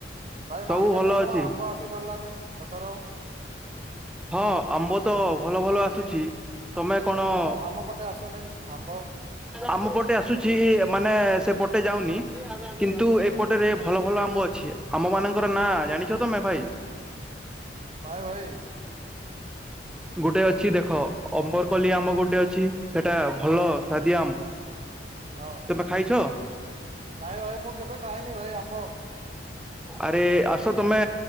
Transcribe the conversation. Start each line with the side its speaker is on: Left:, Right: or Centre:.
Right: ଭାଇ
Centre: ସବୁ
Right: ମାର୍କେଟ
Centre: ଭଲ
Right: ରେ କଣ
Centre: ଅଛି।
Right: ଆମ୍ବ ଆସି ପାରିଲାନି ଏଥର?
Centre: ହଁ ଆମ୍ବ ତ ଭଲ ଭଲ ଆସୁଛି, ତମେ କଣ
Right: ଆମ ଆମ ପଟେ ଆସୁନି ଆମ୍ବ।
Centre: ଆମ ପଟେ ଆସୁଛି, ମାନେ ସେ ପଟେ ଯାଉନି। କିନ୍ତୁ
Right: ହଁ
Centre: ଏପଟରେ ଭଲ ଭଲ ଆମ୍ବ ଅଛି। ଆମ ମାନଙ୍କର ନାଁ ଜାଣିଛ ତମେ ଭାଇ?
Right: ଭାଇ ଭାଇ।
Centre: ବ। ଗୋଟେ ଅଛି ଦେଖ ଅମ୍ବରକଲି ଆମ୍ବ ଗୋଟେ ଅଛି, ସେଟା ଭଲ
Right: ହଁ
Centre: ସୁଆଦିଆ ଆମ୍ବ।
Right: ହଁ
Centre: ତମେ ଖାଇଛ?
Right: ନାଇଁ ଭାଇ ମୁଁ କେବେ ଖାଇଏନି ଭାଇ ଆମ୍ବ।
Centre: ଆରେ ଆସ ତମେ